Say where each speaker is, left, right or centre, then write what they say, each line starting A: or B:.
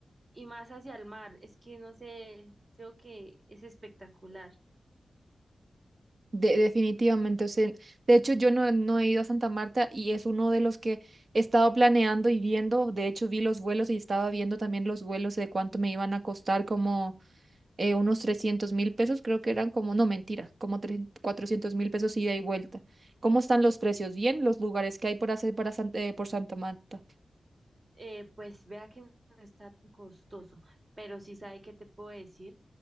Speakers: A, on the right; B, on the right.
A: y más hacia el mar. Es que no sé, creo que es espectacular.
B: De- definitivamente, o sea, de hecho yo no, no he ido a Santa Marta y es uno de los que he estado planeando y viendo. De hecho vi los vuelos y estaba viendo también los vuelos de cuánto me iban a costar, como eh, unos trescientos mil pesos, creo que eran como, no, mentira, como tres cuatrocientos mil pesos ida y vuelta. ¿Cómo están los precios? Bien, los lugares que hay por hacer para San- eh, por Santa Marta.
A: Eh, pues vea que no está tan costoso, pero sí sabe que te puedo decir